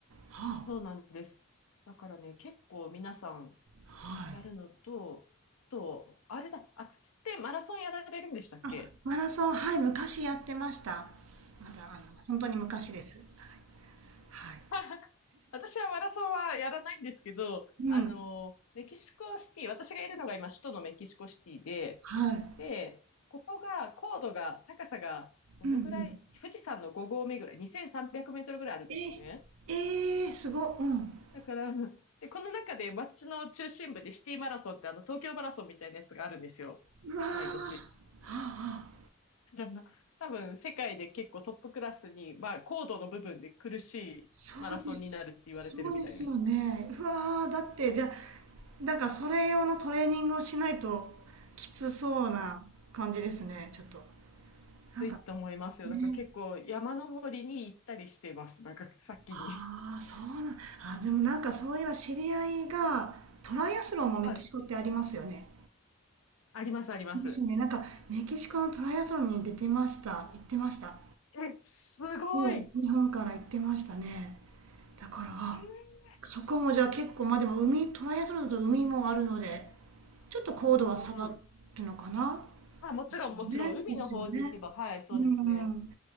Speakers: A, on the right; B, on the left.
A: あ、
B: そうなんです。だからね、結構皆さん
A: はい。
B: やるのと、あと、あれだ、あつきってマラソンやられるんでしたっけ
A: あ、マラソン、はい、昔やってました。まだ、あの、本当に昔です。はい。
B: <laughs> 私はマラソンはやらないんですけど、
A: うん。
B: あの、メキシコシティ、私がいるのが今、首都のメキシコシティで、
A: はい。
B: で、ここが、高度が、高さが、どのぐらい、
A: うんうん。
B: 富士山の5合目ぐらい、2300メートルぐらいあるんですね。
A: え、えー、すご、うん。
B: だから、で、この中で街の中心部でシティマラソンってあの、東京マラソンみたいなやつがあるんですよ。
A: うわー、はあ、
B: 毎年。
A: はあ、
B: <laughs> 多分、世界で結構トップクラスに、まあ、高度の部分で苦しいマラソンになるって言われてるみたいです。
A: そうです。そうですよね。うわー、だって、じゃあ、なんかそれ用のトレーニングをしないときつそうな感じですね、ちょっと。
B: ついと思いますよ。
A: なんか、ね。
B: だから結構山登りに行ったりしてます。なんか先に。
A: ああ、そうなん、あ、でもなんかそういえば知り合いが、トライアスロンもメキシコってありますよね。
B: はい。あります、あります。
A: ですよね。なんかメキシコのトライアスロンに出てました。行ってました。
B: え、すごい。
A: そう、日本から行ってましたね。だから、あ
B: へえ
A: そこもじゃあ結構、まあでも海、トライアスロンだと海もあるので、ちょっと高度は下がるのかな
B: うん。あ、もちろん、
A: ですよね。
B: もちろん、海の方に行けば、
A: ですよね。
B: はい、そうですね。
A: うん。